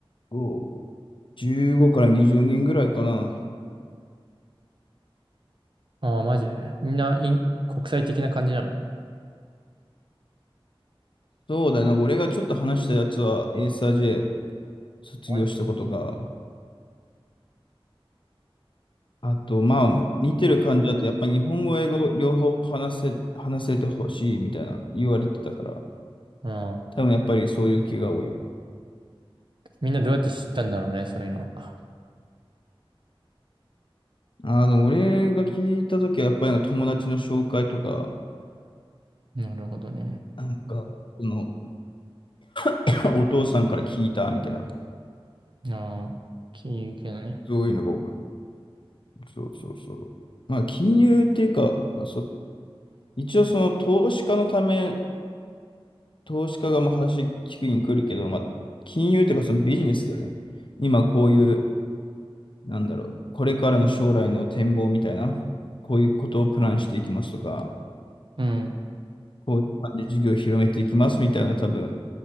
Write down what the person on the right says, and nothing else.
ああ、マジで。みんな、イン国際的な感じなの
あ
あー
みんなどうやって知ったんだろうね、そういうのは。
なるほどね。
ああ、金融系のね。
うん。